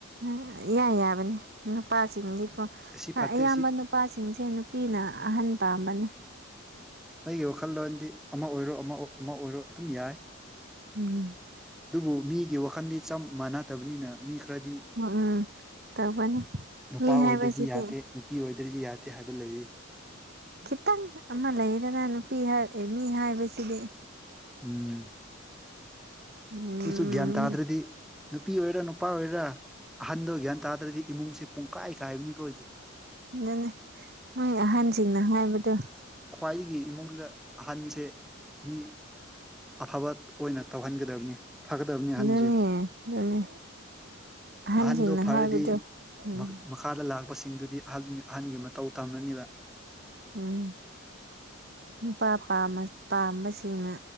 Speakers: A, on the right (about 50°); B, in the centre.
A: ꯎꯝ ꯏꯌꯥ ꯌꯥꯕꯅꯤ ꯅꯨꯄꯥꯁꯤꯡꯗꯤꯀꯣ
B: ꯑꯁꯤ ꯐꯠꯇꯦ
A: ꯑꯌꯥꯝꯕ
B: ꯁꯤ
A: ꯅꯨꯄꯥꯁꯤꯡ ꯁꯤꯡꯁꯦ ꯅꯨꯄꯤꯅ ꯑꯍꯟ ꯄꯥꯝꯕꯅꯦ
B: ꯑꯩꯒꯤ ꯋꯥꯈꯜꯂꯣꯟꯗꯤ ꯑꯃ ꯑꯣꯏꯔꯣ ꯑꯃ ꯑꯃ ꯑꯣꯏꯔꯣ ꯗꯨꯝ ꯌꯥꯏ
A: ꯎꯝ
B: ꯑꯗꯨꯕꯨ ꯃꯤꯒꯤ ꯋꯥꯈꯟꯗꯤ ꯆꯞ ꯃꯥꯟꯅꯗꯕꯅꯤꯅ ꯃꯤ ꯈ꯭ꯔꯗꯤ
A: ꯎꯝ ꯇꯧꯕꯅꯤ
B: ꯅꯨꯄꯥ
A: ꯃꯤ
B: ꯑꯣꯏꯗ꯭ꯔꯗꯤ
A: ꯍꯥꯏꯕꯁꯤꯗꯤ
B: ꯌꯥꯗꯦ ꯅꯨꯄꯤ ꯑꯣꯏꯗ꯭ꯔꯗꯤ ꯌꯥꯗꯦ ꯍꯥꯏꯕ ꯂꯩ
A: ꯈꯤꯇꯪ ꯑꯃ ꯂꯩꯗꯅ ꯅꯨꯄꯤ ꯃꯤ ꯍꯥꯏꯕꯁꯤꯗꯤ
B: ꯎꯝ
A: ꯎꯝ
B: ꯑꯗꯨꯁꯨ ꯒ꯭ꯌꯥꯟ ꯇꯥꯗ꯭ꯔꯗꯤ ꯅꯨꯄꯤ ꯑꯣꯏꯔꯅꯨ ꯅꯨꯄꯥ ꯑꯣꯏꯔꯥ ꯑꯍꯟꯗꯣ ꯒ꯭ꯌꯥꯟ ꯇꯥꯗ꯭ꯔꯗꯤ ꯏꯃꯨꯡꯁꯦ ꯄꯨꯡꯀꯥꯏ ꯀꯥꯏꯕꯅꯤꯀꯣ ꯍꯧꯖꯤꯛ
A: ꯑꯗꯨꯅꯦ ꯃꯣꯏ ꯑꯍꯟꯁꯤꯡꯅ ꯍꯥꯏꯕꯗꯣ
B: ꯈ꯭ꯋꯥꯏꯒꯤ ꯏꯃꯨꯡꯗ ꯑꯍꯟꯁꯦ ꯃꯤ ꯑꯐꯕ ꯑꯣꯏꯅ ꯇꯧꯍꯟꯒ ꯗꯝꯅꯤ ꯐꯒꯗꯕꯅꯤ ꯑꯍꯟꯖꯦ
A: ꯑꯗꯨꯅꯦ ꯑꯗꯨꯅꯦ ꯑꯍꯟꯁꯤꯡꯅ
B: ꯑꯍꯟꯗꯣ ꯐꯔꯗꯤ
A: ꯍꯥꯏꯕꯗꯣ ꯎꯝ
B: ꯃꯈꯥꯗ ꯂꯥꯛꯄꯁꯤꯡꯗꯨꯗꯤ ꯑꯍꯟ ꯑꯍꯟꯒꯤ ꯃꯇꯧ ꯇꯝꯂꯅꯤꯕ
A: ꯎꯝ ꯅꯨꯄꯥ ꯄꯥꯝꯕꯁꯤꯡꯅ